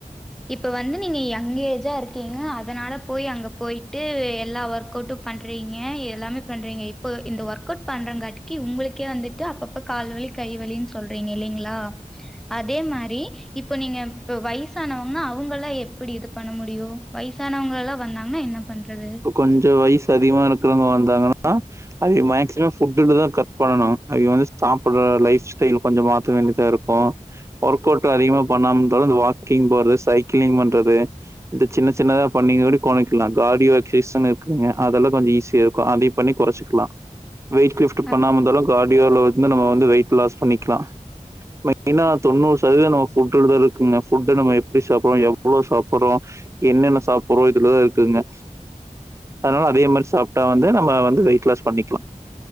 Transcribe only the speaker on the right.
கொஞ்சோ வய்சு அதிகமா இருக்றவங்க வந்தாங்கனா அவிய மேக்சிமோ ஃபுட்டுலதா கட் பண்ணனு அவிய வந்து ஸ் சாப்புட்ற லைஃப் ஸ்டைல் கொஞ்சோ மாத்த வேண்டிதா இருக்கு ஒர்க் அவுட் டு அதிகமா பண்ணாம இருந்தாலு இந்த வாக்கிங் போறது சைக்கிளிங் பண்றது இந்த சின்ன சின்னதா பண்ணிங்கூடி கோனைக்கலா காடியோ கிசன் இருக்குதுங்க அதெல்லா கொஞ்ச ஈஸியாருக்கு அதைய பண்ணி கொறச்சுக்லா. வெயிட் லிஃப்ட்டு
பண்ணாம இந்தாலு த ஆடியோல வந்து நம்ம வந்து வெயிட் லாஸ் பண்ணிக்லா. மெய்னா தொண்ணூர்ஸ் சரியா நாம ஃபுட் <unintelligible> நம்ம எப்படி சாப்புறோம் எவ்ளோ சாப்புறோ என்னென்ன சாப்புறோ இதுலதா இருக்குங்க அதனால அதே மாரி சாப்ட்டா வந்து நம்ம வந்து வெயிட் லாஸ் பண்ணிக்லா